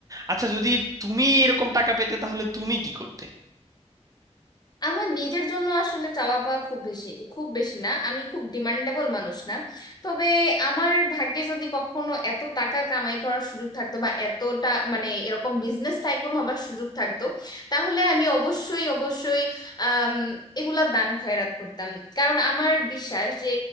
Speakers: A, on the right; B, on the left.
A: আচ্ছা যদি তুমি এরকম টাকা পেতে তাহলে তুমি কি করতে
B: আমার নিজের জন্য আসলে চাওয়া পাওয়া খুব বেশি খুব বেশি না আমি খুব ডিমান্ডেবল মানুষ না তবে আমার ভাগ্যে যদি কখনো এত টাকা কামাই করার সুযোগ থাকতো বা এতটা মানে এরকম বিজনেস টাইকুন হবার সুযোগ থাকতো তাহলে আমি অবশ্যই অবশ্যই আম, এগুলা দান খয়রাত করতাম কারণ আমার বিশ্বাস যে